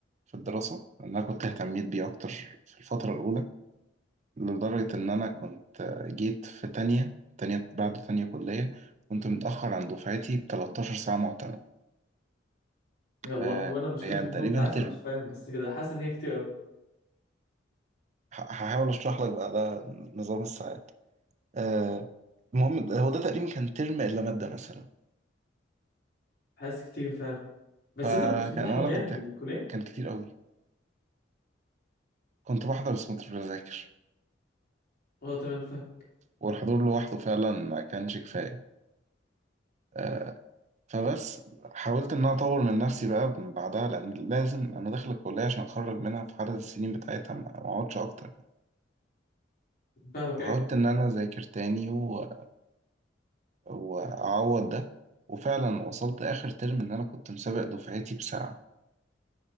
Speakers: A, on the right; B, on the left.
A: في الدراسة لأن أنا كنت اهتميت بيه أكتر في الفترة الأولى لدرجة إن أنا كنت آه، جيت في تانية تانية بعد تانية كلية كنت متأخر عن دفعتي ب 13 ساعة معتمد
B: يا الله
A: آه،
B: هو انا مش
A: يعني
B: كملش النظام
A: تقريبا
B: ساعات فمش
A: ترم
B: فاهم بس كده حاسس ان هي كتير قوي
A: ه- هحاول أشرح لك بقى ده نظام الساعات آه، المهم ده- هو ده تقريبا كان ترم إلا مادة مثلا
B: حاسس كتير فعلا بس
A: فكان
B: انت ما كنتش بتحضر
A: أنا
B: يعني
A: كنت
B: الكليه
A: كان كتير قوي كنت بحضر بس كنتش بذاكر
B: اه تمام فاهم
A: والحضور لوحده فعلا ما كانش كفاية آه، فبس حاولت ان انا اطور من نفسي بقى بعدها لان لازم انا داخل الكليه عشان اتخرج منها في عدد السنين بتاعتها ما ما اقعدش اكتر يعني.
B: فاهمك
A: حاولت
B: ايه
A: ان انا اذاكر تاني و... واعوض ده وفعلا وصلت اخر ترم ان انا كنت مسابق دفعتي بساعه